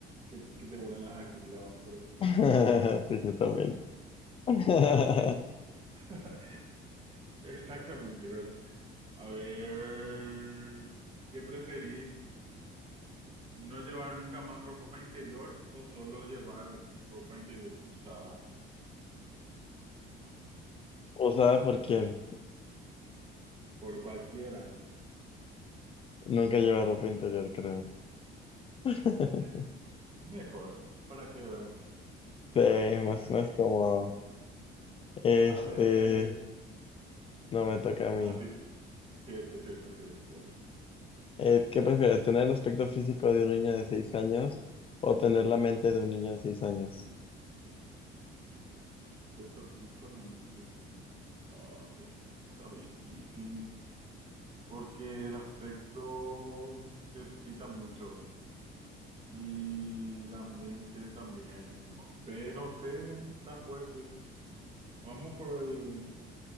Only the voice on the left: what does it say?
<laughs> Sí, yo también. <laughs>
¿Usada por quién?
Nunca lleva ropa interior, creo. <laughs>
Sí,
más, más cómodo. Este,
no me toca a mí.
Eh, ¿qué prefieres? ¿Tener el aspecto físico de un niño de seis años o tener la mente de un niño de seis años?